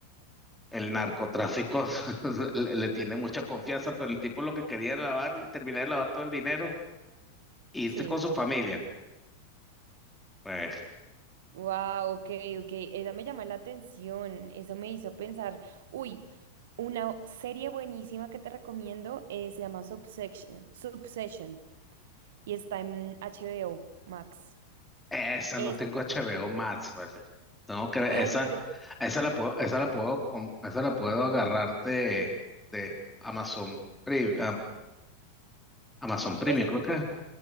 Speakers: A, in the centre; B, on the right (about 55°).
A: el narcotráfico <laughs> le, le tiene mucha confianza, pero el tipo lo que quería era lavar y terminar de lavar todo el dinero e irse
B: sí.
A: con su familia. Pues
B: wow, ok, ok. Esa me llama la atención. Eso me hizo pensar. Uy, una serie buenísima que te recomiendo eh, se llama Subsection. Subsession. Y está en HBO Max.
A: esa
B: Es.
A: no tengo HBO Max, ¿vale? Tengo que ver,
B: Ay,
A: esa,
B: pero.
A: esa la puedo, esa la puedo, com- esa la puedo agarrar de, Amazon Premium, Amazon Premium,
B: Pues
A: creo que.